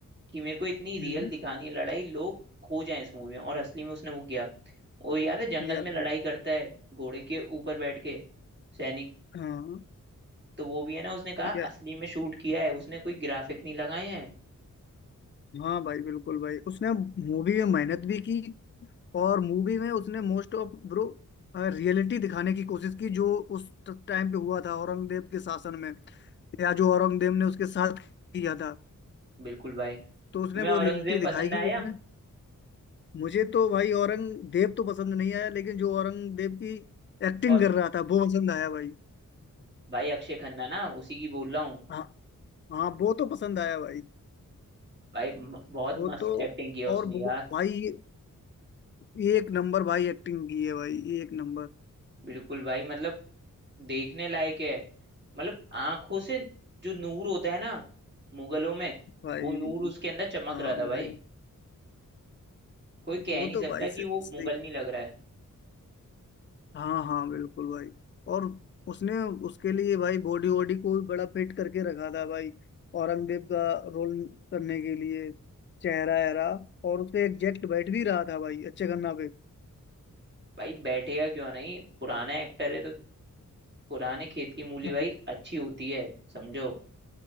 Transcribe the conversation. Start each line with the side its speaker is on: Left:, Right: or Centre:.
Right: कि मेरे को इतनी रियल
Left: हम्म,
Right: दिखानी है लड़ाई लोग खो जाएं इस मूवी में और असली में उसने वो किया वो याद है जंगल
Left: किया
Right: में लड़ाई
Left: भाई
Right: करता है घोड़े के ऊपर बैठ के सैनिक
Left: हाँ
Right: तो वो भी है ना उसने कहा
Left: या-
Right: असली में शूट किया है उसने कोई ग्राफिक नहीं लगाए हैं
Left: हाँ भाई बिल्कुल भाई उसने मूवी में मेहनत भी की और मूवी में उसने मोस्ट ऑफ ब्रो रियलिटी दिखाने की कोशिश की जो उस टाइम पे हुआ था औरंगजेब के शासन में या जो औरंगजेब ने उसके साथ किया था
Right: बिल्कुल भाई
Left: तो उसने
Right: तुम्हें औरंगजेब
Left: वो रियलिटी
Right: पसंद
Left: दिखाई कि
Right: आया
Left: उसने मुझे तो भाई औरंगजेब तो पसंद नहीं आया लेकिन जो औरंगजेब की एक्टिंग
Right: औरंग
Left: कर रहा था वो पसंद आया भाई
Right: भाई अक्षय खन्ना ना उसी की बोल रहा हूँ
Left: हाँ हाँ वो तो पसंद आया भाई
Right: भाई म- बहुत
Left: वो
Right: मस्त
Left: तो
Right: एक्टिंग की है
Left: और
Right: उसने
Left: वो
Right: यार
Left: भाई ये एक नंबर भाई एक्टिंग की है भाई एक नंबर
Right: बिल्कुल भाई मतलब देखने लायक है मतलब आंखों से जो नूर होता है ना मुगलों में
Left: भाई
Right: वो नूर उसके अंदर चमक
Left: हाँ
Right: रहा था भाई
Left: भाई
Right: कोई कह
Left: वो
Right: नहीं
Left: तो
Right: सकता
Left: भाई से,
Right: कि वो
Left: सही
Right: मुगल नहीं लग रहा है
Left: हाँ हाँ बिल्कुल भाई और उसने उसके लिए भाई बॉडी वॉडी को भी बड़ा फिट करके रखा था भाई औरंगजेब का रोल करने के लिए चेहरा एहरा और उसके एग्जैक्ट बैठ भी रहा था भाई अच्छे गन्ना पे
Right: भाई बैठेगा क्यों नहीं पुराना एक्टर है तो पुराने खेत की मूली
Left: हम्म।
Right: भाई अच्छी होती है समझो